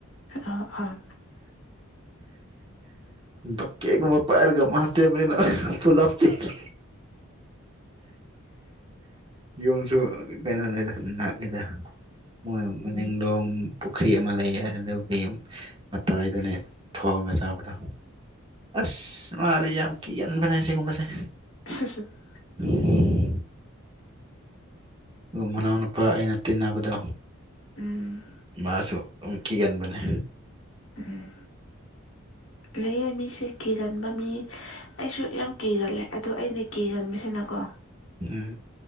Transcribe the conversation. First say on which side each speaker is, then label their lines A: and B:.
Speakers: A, on the left; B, on the right.
A: ꯑꯣ ꯑꯣ
B: ꯕꯀꯦꯠ ꯀꯨꯝꯕ ꯄꯥꯢꯔꯒ ꯃꯥ ꯆꯦꯟꯕꯅꯤꯅꯥ ꯄꯨꯂꯞ ꯆꯦꯟꯂꯤ ꯌꯨꯝꯁꯨ ꯀꯩꯅꯣꯅꯦꯗ ꯅꯛꯏꯗ ꯃꯣꯏ ꯃꯅꯤꯡꯂꯣꯝ ꯄꯨꯈ꯭ꯔꯤ ꯑꯃ ꯂꯩꯌꯦ ꯑꯗꯨꯗꯒꯤ ꯃꯇꯥꯏꯗꯨꯅꯦ ꯊꯣꯡꯉꯥ ꯁꯥꯕꯗꯣ ꯑꯁ ꯃꯥꯗꯤ ꯌꯥꯝ ꯀꯤꯒꯟꯕꯅꯦ ꯑꯥꯁꯤꯒꯨꯝꯕꯁꯦ
A: <unintelligible>
B: <unintelligible> ꯑꯗꯨꯒ ꯃꯅꯥꯎꯅꯨꯄꯥ ꯑꯩꯅ ꯇꯤꯟꯅꯕꯗꯣ
A: ꯎꯝ
B: ꯃꯥꯁꯨ ꯑꯝ ꯀꯤꯒꯟꯕꯅꯦ
A: ꯎꯝ ꯂꯩꯌꯦ ꯃꯤꯁꯦ ꯀꯤꯒꯟꯕ ꯃꯤ ꯑꯩꯁꯨ ꯌꯥꯝ ꯀꯤꯒꯜꯂꯦ ꯑꯗꯨ ꯑꯩꯅ ꯀꯤꯒꯟꯕꯁꯤꯅꯀꯣ
B: ꯎꯝ